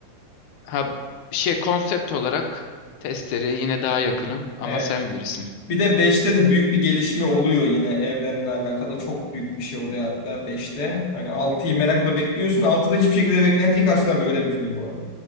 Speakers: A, on the left; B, on the left.
A: Ha şey konsept olarak testereye yine daha yakınım ama
B: Evet.
A: sen bilirsin.
B: Bir de beşte de büyük bir gelişme oluyor yine evrenle alakalı. Çok büyük bir şey oluyor hatta beşte. Hani 6'yı merakla bekliyorsun. altıda hiçbir şekilde beklentiyi karşılamıyor. Öyle bir film bu arada.